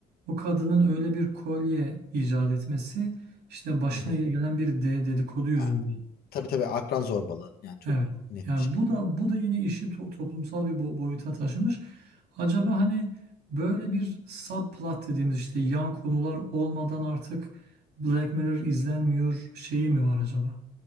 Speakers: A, on the right (about 75°); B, on the left (about 65°).
A: o kadının öyle bir kolye icat etmesi işte başına
B: Hı hı.
A: ge- gelen bir de dedikodu yüzünden.
B: Ya, Tabii tabii akran zorbalığı yani çok
A: Evet.
B: net
A: Yani
B: bir şekilde.
A: bu da bu da yine işi to- toplumsal bir bo- boyuta taşımış. Acaba hani böyle bir subplot dediğimiz işte yan konular olmadan
B: Hı hı.
A: artık Black Mirror izlenmiyor şeyi mi var acaba?